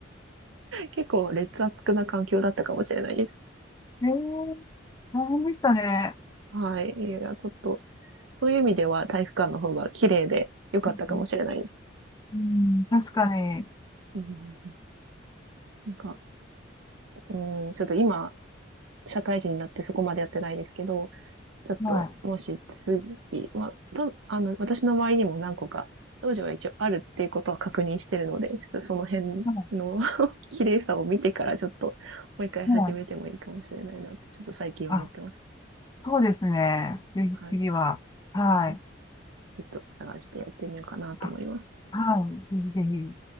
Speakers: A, on the right; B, on the left.
A: 結構劣悪な環境だったかもしれないです。
B: えー、大変でしたね。
A: はい。いや、ちょっと、そういう意味では体育館の方が綺麗で良かったかもしれないです。
B: うんうん確かに。
A: うんなんか、うん、ちょっと今、社会人になってそこまでやってないですけど、ちょっと、
B: はい。
A: もし次、まあ、たあの、私の周りにも何個か、道場は一応あるっていうことは確認してるので、ちょっとその辺の
B: は
A: <laughs> 綺麗さを見てからちょっと、もう一回始めてもいいかもしれないなって、
B: い。はい
A: ちょっと最近思ってます。
B: あ、そうですね。ぜひ次は。
A: はい。
B: はい。
A: はい。ちょっと探してやってみようかなと思います。
B: あ、はい。ぜひぜひ。